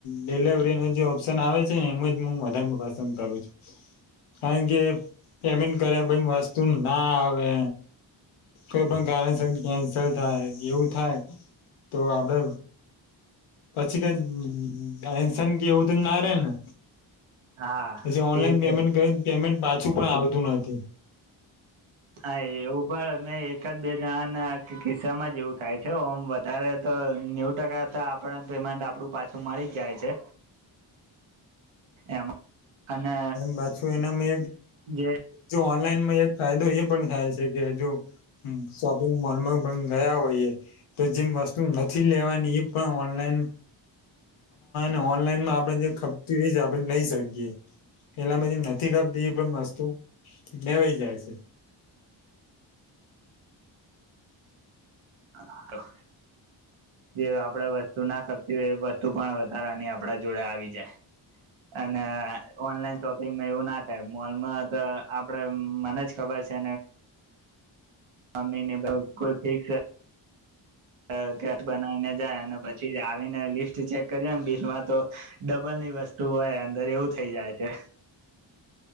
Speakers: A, on the left; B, on the right.
A: ડિલવરી ન જે ઓપ્શન આવે છે ને એમાં જ હું વધારે પસંદ કરું છું કારણ કે પેમેન્ટ ઘરે ભઈ વસ્તુ ના આવે કોઈ પણ કારણસર કેન્સલ થાય એવું થાય તો આપડે પછી કઈ એનસન કે એવું તો ના રે ને
B: હા
A: પછી ઓનલાઈન
B: તે છે
A: પેમેન્ટ કરી પેમેન્ટ પાછું પણ આવતું નથી
B: હા એવું પણ અ એક જ બે જણાના કિસ્સામાં જ એવું થાય છે ઓમ વધારે તો નેવુ ટકા તો આપણે પેમેન્ટ આપડું પાછું મળી જ જાય છે એમાં અને
A: પાછું એના મે
B: જે
A: જો ઓનલાઈનમાં એક ફાયદો એ પણ થાય છે કે જો શોપિંગ મોલમાં પણ ગયા હોઈએ તો જેમ વસ્તુ નથી લેવાની એ પણ ઓનલાઈન આ ઓનલાઈનમાં આપણે જે ખપતી હોય આપણે લઈ શકીએ એલામાંધી નથી ખપતી એ પણ વસ્તુ લેવાઈ જાય છે
B: આગળ જે આપણે વસ્તુ ના ખતી હોય એ વસ્તુ પણ વધારાની આપડા જોડે આવી જાય અને ઓનલાઈન શોપિંગમાં એવું ના થાય મોલમાં તો આપડે મને જ ખબર છે મમ્મીને બહુ ખુશી છે અ કેટ બનાવીને જાય અને પછી આવીને લિસ્ટ ચેક કરીે એમ બિલમાં તો ડબલની વસ્તુ હોય અંદર એવું થઈ જાય છે